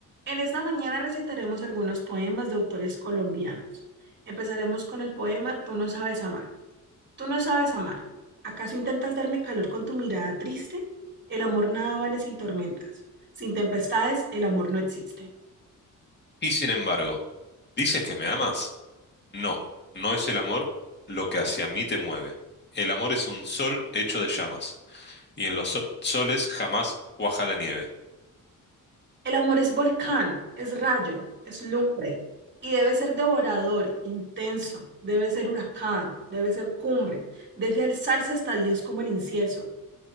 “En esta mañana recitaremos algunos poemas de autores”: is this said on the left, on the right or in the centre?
Right